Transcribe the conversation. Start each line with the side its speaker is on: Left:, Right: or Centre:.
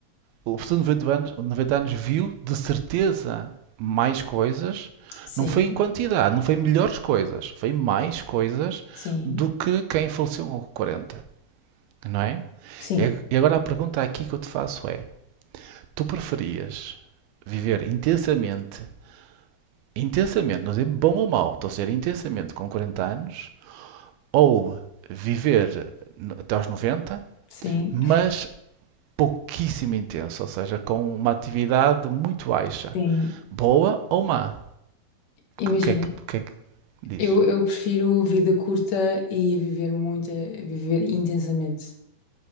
Right: o professor de 90 anos, 90 anos viu de certeza mais coisas,
Left: Sim,
Right: não foi em quantidade, não foi melhores coisas, foi mais coisas
Left: sim,
Right: do que quem faleceu com 40, não é?
Left: sim,
Right: E agora a pergunta aqui que eu te faço é: tu preferias viver intensamente, intensamente, não dizer bom ou mau, estou a dizer intensamente com 40 anos, ou viver até aos 90,
Left: sim,
Right: mas pouquíssimo intenso, ou seja, com uma atividade muito baixa?
Left: sim.
Right: Boa ou má?
Left: Imagina.
Right: O que é que, o que, é que diz?
Left: Eu, eu prefiro vida curta e a viver muito, a viver intensamente.